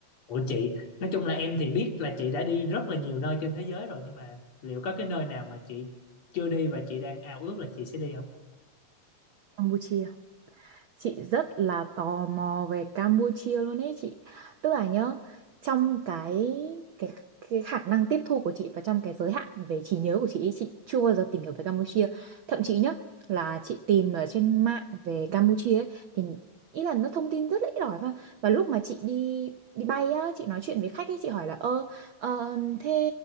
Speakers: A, on the left (about 60°); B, on the right (about 85°).
A: Ủa chị, nói chung là em thì biết là chị đã đi rất là nhiều nơi trên thế giới rồi nhưng mà liệu có cái nơi nào mà chị chưa đi và chị đang ao ước là chị sẽ đi không?
B: Campuchia chị rất là tò mò về Campuchia luôn ấy chị tức là nhá trong cái cái cái khả năng tiếp thu của chị và trong cái giới hạn về trí nhớ của chị ấy, chị chưa bao giờ tìm hiểu về Campuchia thậm chí nhá là chị tìm ở trên mạng về Campuchia ấy, thì ý là nó thông tin rất là ít ỏi và và lúc mà chị đi đi bay á chị nói chuyện với khách ấy chị hỏi là ơ ờ, thế